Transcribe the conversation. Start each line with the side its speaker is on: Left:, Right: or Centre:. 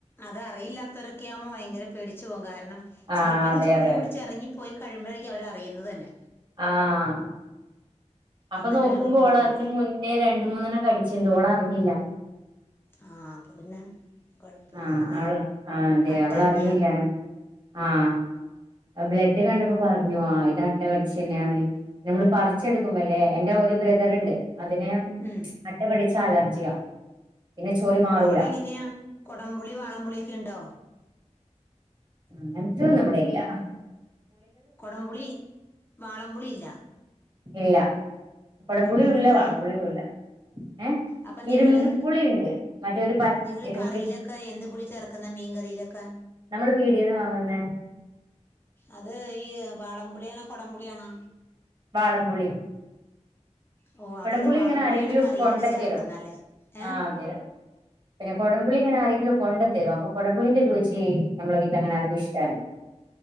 Left: അതറിയില്ല <unintelligible> ആവുമ്പോ ഭയങ്കര പേടിച്ച് പോവും കാരണ <unintelligible>
Right: ആഹ്
Left: ചെലപ്പോ ഇത്
Right: അതെ
Left: ചോര
Right: അതെ
Left: കുടിച്ചെറങ്ങി പോയി കഴുമ്പോഴേക്കും അവർ അറിയുന്നത് തന്നെ.
Right: ആഹ് അപ്പൊ
Left: അങ്ങനെ
Right: നോക്കുമ്പോൾ
Left: ഒരു ബുദ്ധിമുട്ടുണ്ട്
Right: ഓൾ അതിന് മുന്നേ രണ്ട മൂന്നെണ്ണം കടിച്ചിണ്ട് ഓള് അറിഞ്ഞില്ല.
Left: ആഹ് അപ്പൊ പിന്നെ കുഴപ്പമില്ല
Right: ആഹ്
Left: അത്
Right: അവളാ ആ അതെ
Left: അട്ട
Right: അവള്
Left: തന്നെയാ
Right: അറിഞ്ഞില്ലാ ആഹ് ബ്ലഡ് കണ്ടപ്പോ പറഞ്ഞു ആ ഇത് അട്ടകടിച്ചന്നെയാണ് നമ്മള് പറച്ചെടുക്കുമ്പല്ലേ എന്റെ ഒരു ബ്രദറ്ണ്ട് അതിനെ
Left: ഉം
Right: അട്ടകടി അലർജിയാ പിന്നെ ചൊറി മാറൂല
Left: അവിടെ എങ്ങനെയാ കൊടംപുളി വാളംപുളിയൊക്കെ ഇണ്ടോ?
Right: അങ്ങനത്തൊന്നും ഇവിടെയില്ല.
Left: കൊടംപുളി, വാളംപുളി ഇല്ല.
Right: ഇല്ല കുടംപുളിയും
Left: പിഴുപുളി
Right: ഇല്ല വളംപുളിയും ഇല്ല ഏ
Left: അപ്പൊ നിങ്ങള്
Right: ഇരുമ്പിപ്പുളിയുണ്ട് മറ്റെ ഒരു പച്ച്
Left: നിങ്ങള്
Right: ഇരുമ്പി
Left: കറിയിലൊക്കെ എന്ത് പുളി ചേർക്കുന്ന മീൻ കറിയിലൊക്കെ
Right: നമ്മൾ പീടിയേന്ന് വാങ്ങുന്നേ
Left: അത് ഈ വാളംപുളിയാണോ കൊടംപുളിയാണോ?
Right: വാളമ്പുളി.
Left: ഓ
Right: കൊടംപുളി
Left: അവിടെയൊക്കെ വാളംപുളിയാണ്
Right: ഇങ്ങനെ ആരെങ്കിലും
Left: കറിയിലൊക്കെ
Right: കൊണ്ടെത്തരും
Left: ചേർക്കുന്ന അല്ലേ ഏ
Right: ആഹ് അതെ അതെ പിന്നെ കൊടംപുളി ഇങ്ങനെ ആരെ ലും കൊണ്ട തരും അപ്പൊ കൊടമ്പുളീന്റെ രുചി നമ്മളെ വീട്ടിൽ അങ്ങനെ ആർക്കും ഇഷ്ട്ടല്ല